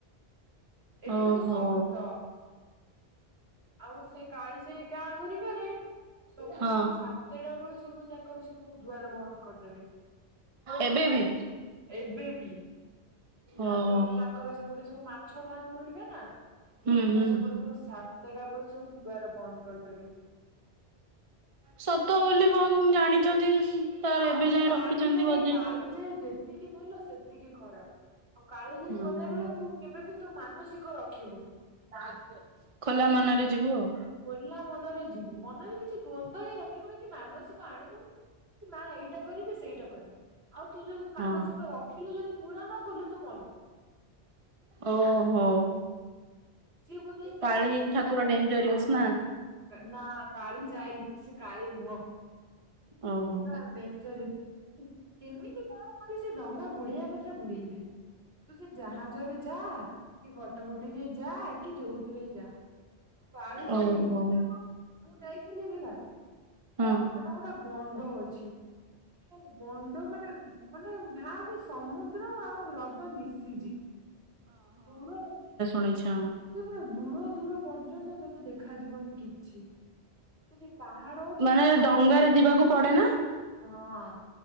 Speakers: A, on the right (about 65°); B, on the right (about 35°).
A: ଏଟା
B: ଓହୋ
A: କିନ୍ତୁ ସତ ଆଉ ସେ କକାଳିଜାଇ ଗାଁ ଘରିକାରେ ସବୁ
B: ହଁ
A: ସା ସେଇଟା ଭଳି ସବୁ ତାଙ୍କର ସବୁ ଦୁ୍ଆର ବନ୍ଦ କରିଦେବେ।
B: ଏବେ ବି
A: ଏବେ ବି, ତାପର
B: ଓହୋ।
A: ତାଙ୍କର ସ ସେପଟେ ଯୋଉ ମାଛ ଗାଁ ଗହଳିିକା ନା
B: ହୁଁ
A: ତାଙ୍କର
B: ହୁଁ
A: ସେପଟେ ଯୋଉ ସା ତଟା ବେଳୁ ସବୁ ଦୁଆର ବନ୍ଦ କରିଦେବେ।
B: ସତ ବୋଲି ବ ଜାଣିଛନ୍ତି ତାର
A: ଆଉ
B: ଏବେ ଯାଏ
A: କାଳିଜାଇ
B: ରଖିଛନ୍ତି ବଜେଇ।
A: କାଳିଜାଇ ଯେତିକି ଭଲ ସେତିକି ଖରାପ। ଆଉ କାଳିଜାଇ
B: ହୁଁ
A: ଗଲା ବେଳେ ତୁ କେବେ ବିି ତୁ ମାନସିକ ରଖିବୁନି।
B: <unintelligible> ଖୋଲା ମନରେ ଯିବୁ ଆଉ।
A: ଖୋଲା ମନରେ ଯିବୁ ମନରେ କିଛି ଦ୍ଵନ୍ଦ୍ୱ ହିଁ ରଖିବୁନି କି ମାନସିକ ଆଣିବୁନୁ କି ମା ଏଇଟା କରିବି ସେଇଟା କରିବି ଆଉ ତୁ ଯୋଉ ଯଉ ମାନସିକ
B: ଆଉ
A: ର ରଖିଲୁ ଯଦି ପୁରା ନ କଲୁ ତୁ ମଲୁ
B: ଓହୋ।
A: ସି ବୁଦ୍ଧି
B: କାଳୀ
A: କଣ ସେ
B: ଠାକୁର
A: ମାନ
B: ଡେଞ୍ଜରିୟସ
A: ହଁ
B: ନା।
A: ନା କାଳିଜାଇ ସେ କାଳି ନୁହଁ
B: ଓହୋ
A: ସେ ପୁରା ଡେନ୍ଜରି କେମିତି କଣ କରି ସେ ଡଙ୍ଗା ବୁଡେଇବା କଥା ବୁଡେଇବେ ତୁ ସେ ଜାହାଜରେ ଯା କି ବଟ ବଟିରେ ଯା କି ଯୋଉଥିରେ ଯା। କାଳିଜାଇ
B: ଓହୋ
A: ଏତେ କଣ ମୁଁ ଯାଇଥିଲି ହେଲା
B: ହଁ
A: ମାନେ ଗୋଟେ ଗଣ୍ଡ ଅଛି ମାନେ ଗଣ୍ଡ ମାନେ ମାନେ ଭାବରେ ସମୁ ଦ୍ର ଆଉ ହ୍ରଦ ମିଶିଛି ଦୂର
B: ପଳେଇଛ
A: ସେ ପୁରା ଦୂର ଦୂର ପର୍ଯ୍ୟନ୍ତ ତତେ ଦେଖା ଯିବନି କିଛି। ସେ ଯେ ପାହାଡ ଅଛି
B: ମାନେ
A: ସେ ପାହାଡ
B: ଡଙ୍ଗାରେ
A: ଉପ
B: ଯିବାକୁ ପଡେ ନା
A: ହଁ।